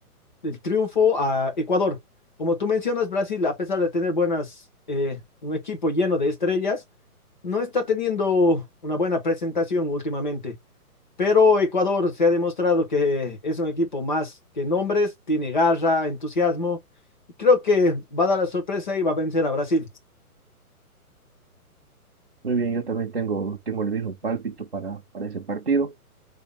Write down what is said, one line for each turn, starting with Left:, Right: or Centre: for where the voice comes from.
Left: el triunfo a Ecuador. Como tú mencionas, Brasil, a pesar de tener buenas, eh, un equipo lleno de estrellas, no está teniendo una buena presentación últimamente. Pero Ecuador se ha demostrado que es un equipo más que nombres, tiene garra, entusiasmo. y Creo que va a dar la sorpresa y va a vencer a Brasil.
Right: Muy bien, yo también tengo, tengo el mismo pálpito para, para ese partido,